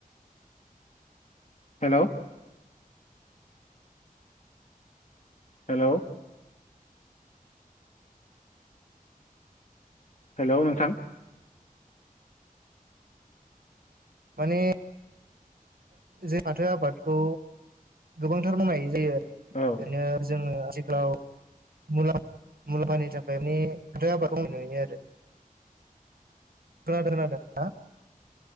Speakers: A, on the left; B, on the right.
A: हेलौ हेलौ हेलौ नोंथां
B: माने जों फाथो आबादखौ गोबांथार मावनाय जायो आरो
A: औ
B: ओरैनो जोङो आथिखालाव मुलाम्फानि थाखाय माने फाथो आबादखौ नुयो आरो। <unintelligible>